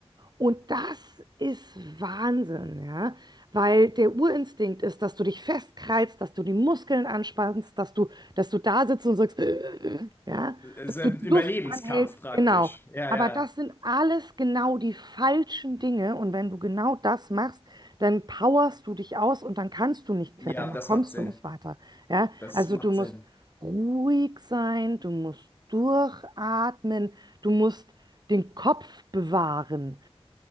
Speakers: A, on the right (about 40°); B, on the left (about 20°).
A: Und das ist Wahnsinn, ja, weil der Urinstinkt ist, dass du dich festkreist, dass du die Muskeln anspannst, dass du, dass du da sitzt und sagst, <clears throat> <grunts> ja,
B: Es
A: dass
B: ist ein
A: du die
B: Überlebenskampf
A: Luft anhältst,
B: praktisch.
A: genau.
B: Ja,
A: Aber
B: ja.
A: das sind alles genau die falschen Dinge und wenn du genau das machst, dann powerst du dich aus und dann kannst du nicht klettern,
B: Ja,
A: dann
B: das
A: kommst
B: macht Sinn.
A: du nicht weiter, ja.
B: Das
A: Also
B: macht
A: du musst
B: Sinn.
A: ruhig sein, du musst durchatmen, du musst den Kopf bewahren.